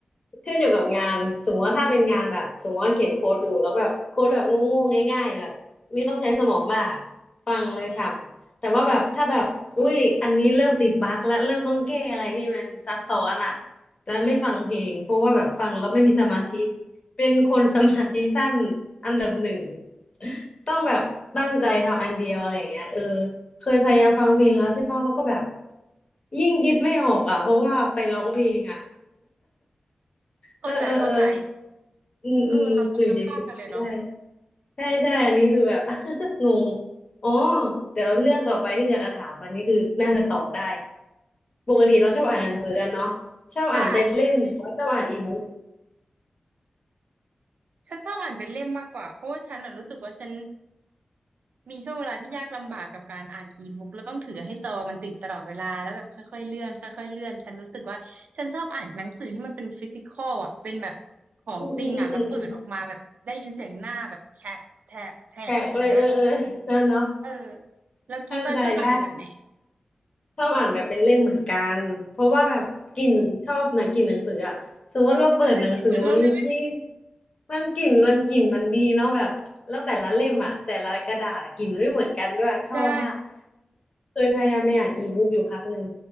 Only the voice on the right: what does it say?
อืม
เข้าใจเข้าใจ
เออเราตรงกันข้ามกันเลยเนาะ
อืมใช่ฉันชอบอ่านเป็นเล่มมากกว่าเพราะว่าฉันอะรู้สึกว่าฉันมีช่วงเวลาที่ยากลำบากกับการอ่านอีบุ๊กแล้วต้องถือให้จอมันติดตลอดเวลาแล้วแบบค่อยๆเลื่อนค่อยๆเลื่อนฉันรู้สึกว่าฉันชอบอ่านหนังสือที่มันเป็นฟิสิกอลอะเป็นแบบของจริงอะแล้วเปิดออกมาแบบได้ยินเสียงหน้าแบบแฉบแฉบแฉบอย่างเงี้ย
เออแล้วกีบ้าชอบอ่านแบบไหน
อืมเฮ้ยเหมือนเราเลย
ใช่